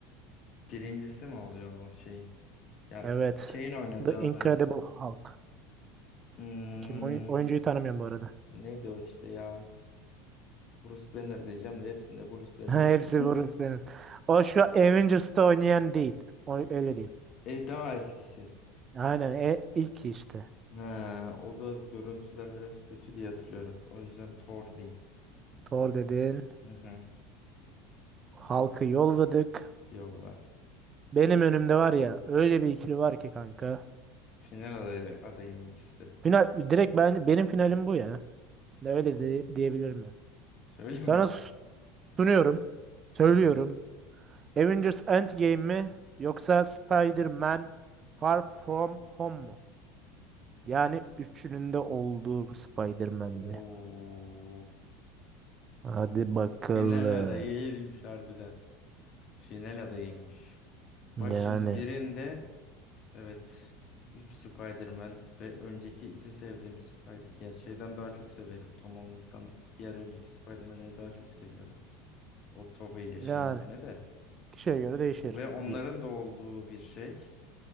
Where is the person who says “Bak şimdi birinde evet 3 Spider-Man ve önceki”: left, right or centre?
Left